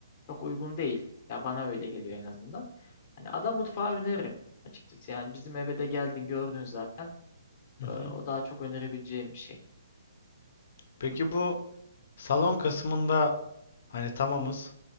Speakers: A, on the left; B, on the left.
A: çok uygun değil. Ya bana öyle geliyor en azından. Hani ada mutfağı öneririm açıkçası. Yani bizim eve de geldin gördün zaten.
B: hı
A: Ee, o
B: hı.
A: daha çok önerebileceğim bir şey.
B: Peki bu salon kısmında hani tamamız.